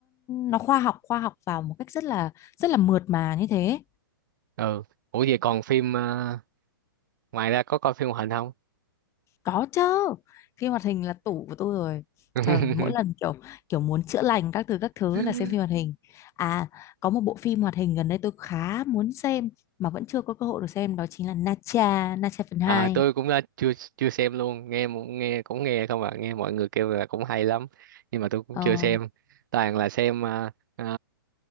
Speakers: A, on the left (about 25°); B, on the right (about 55°).
A: nó khoa học khoa học vào một cách rất là rất là mượt mà như thế
B: ừ ủa vậy còn phim ờ, ngoài ra có coi phim hoạt hình
A: có chứ phim hoạt hình là tủ của tôi rồi
B: không
A: trời mỗi lần kiểu kiểu muốn chữa lành các thứ các thứ
B: <laughs>
A: là xem phim hoạt hình à có một bộ phim hoạt hình gần đây tôi khá muốn xem mà vẫn chưa có cơ hội được xem đó chính là Nacha Nacha phần hai,
B: Ờ, tôi cũng đã chưa chưa xem luôn nghe mu- nghe cũng nghe không à nghe mọi người kêu là cũng hay lắm nhưng mà tôi cũng
A: ờ,
B: chưa xem toàn là xem à, à,